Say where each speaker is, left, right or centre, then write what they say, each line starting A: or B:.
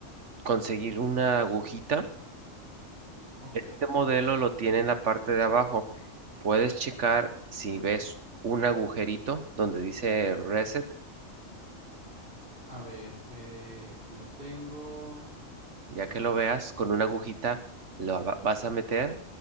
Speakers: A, on the right (about 70°); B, on the right (about 45°).
A: conseguir una agujita?
B: Ok,
A: Este modelo lo tiene en la parte de abajo. Puedes checar si ves un agujerito donde dice reset.
B: a ver, eh, aquí lo tengo.
A: Ya que lo veas, con una agujita lo va- vas a meter